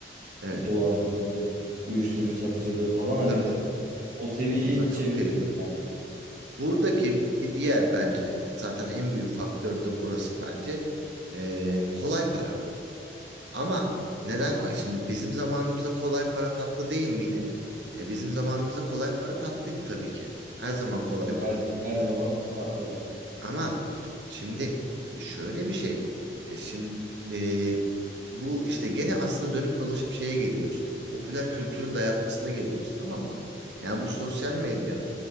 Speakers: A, on the right (about 80°); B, on the right (about 45°).
A: Evet.
B: dolandırıcılık, uyuşturucu satıcılığı falan hani
A: Tabii tabii.
B: o seviyeye
A: Bunlar
B: hiç
A: çok
B: evrilmedi
A: tehlikeli.
B: yani.
A: Buradaki bir diğer bence zaten en büyük faktör de burası bence. Ee, kolay para. Ama neden kolay? Şimdi bizim zamanımızda kolay para tatlı değil miydi? E, bizim zamanımızda kolay para tatlıydı tabii ki. Her zaman kolay para
B: Her,
A: tatlıdır.
B: her zaman tatlıdır.
A: Ama şimdi e, şöyle bir şey. E, Şimdi e, bu işte gene aslında dönüp dolaşıp şeye geliyoruz. Popüler kültürün dayatmasına geliyoruz tamam mı? Yani bu sosyal medya